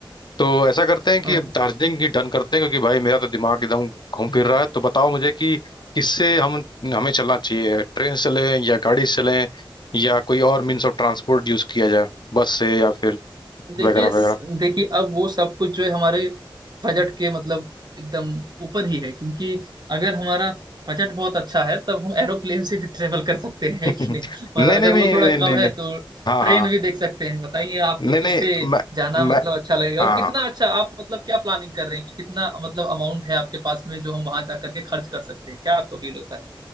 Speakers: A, on the left; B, on the right.
A: तो ऐसा करते हैं कि
B: हाँ
A: अब दार्जिलिंग ही डन करते हैं क्योंकि भाई मेरा तो दिमाग एकदम घूम फिर रहा है तो बताओ मुझे कि किससे हम हमें चलना चाहिए ट्रेन से चलें या गाड़ी से चलें या कोई और मीन्स ऑफ ट्रांसपोर्ट यूज किया जाए बस से या फिर
B: देखिए
A: वगैरह वगैरह
B: देखिए अब वो सब कुछ जो है हमारे बजट के मतलब एकदम ऊपर ही है क्योंकि अगर हमारा बजट बहुत अच्छा है तब हम एरोप्लेन से भी ट्रेवल कर सकते
A: <laughs>
B: हैं है कि नहीं और
A: नहीं
B: अगर
A: नहीं नहीं
B: वो थोड़ा
A: नहीं नहीं
B: कम
A: नहीं
B: है तो
A: हाँ
B: ट्रेन
A: हाँ
B: भी देख सकते हैं बताइए आपको
A: नहीं
B: किससे
A: नहीं मैं
B: जाना
A: मैं
B: मतलब अच्छा लगेगा
A: हाँ
B: और
A: हाँ।
B: कितना अच्छा आप मतलब क्या प्लानिंग कर रहे हैं कि कितना मतलब अमाउंट है आपके पास में जो हम वहां जा करके खर्च कर सकते हैं क्या आपको फील होता है